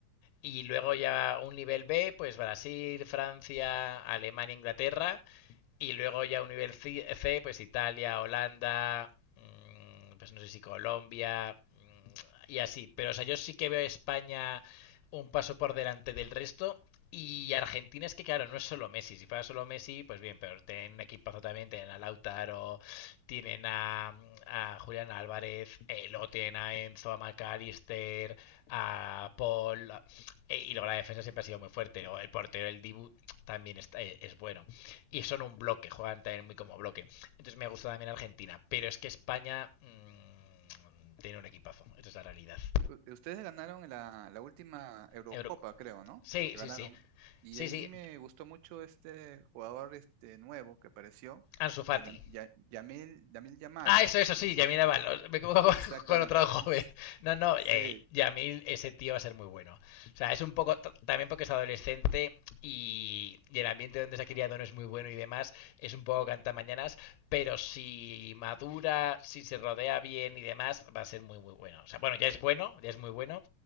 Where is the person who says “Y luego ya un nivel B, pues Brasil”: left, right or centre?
Left